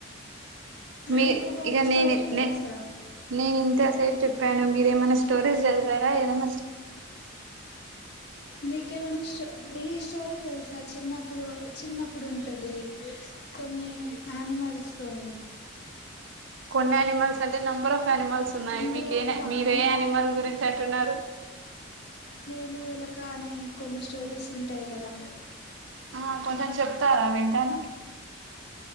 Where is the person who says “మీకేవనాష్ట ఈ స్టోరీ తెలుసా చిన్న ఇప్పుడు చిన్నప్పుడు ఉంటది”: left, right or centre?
Left